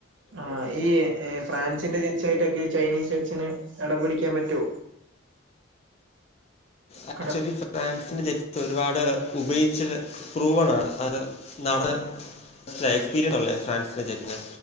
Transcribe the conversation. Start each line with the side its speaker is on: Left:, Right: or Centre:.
Right: ആ ഈ ഫ്രാൻസിന്റെ ജെച്ച ആയിട്ടൊക്കെ ചൈനീസ് ജെച്ചന് ഇടപിടിക്കാൻ പറ്റുവോ
Left: ആക്ച്ലി
Right: കട
Left: ഫ്രാൻസിന്റെ ജെറ്റസ് ഒരുപാട് ഉപയോഗിച്ച പ്രൂവണ അത് നട അല്ല എക്സ്പീരിയൻസ് ഒള്ളേ ഫ്രാൻസിന്റെ ജെറ്റിന്